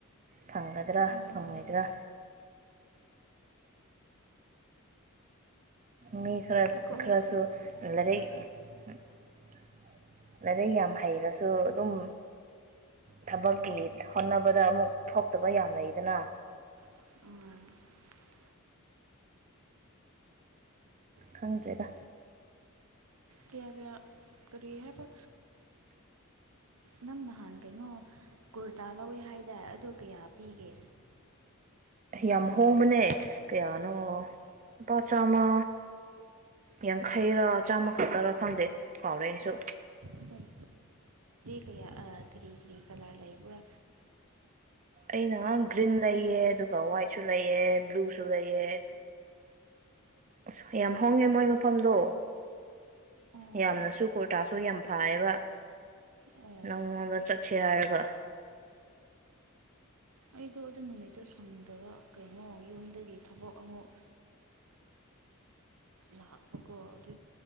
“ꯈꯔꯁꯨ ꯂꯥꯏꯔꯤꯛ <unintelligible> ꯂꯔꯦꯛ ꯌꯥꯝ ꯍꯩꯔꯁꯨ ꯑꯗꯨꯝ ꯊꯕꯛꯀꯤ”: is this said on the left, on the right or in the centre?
Right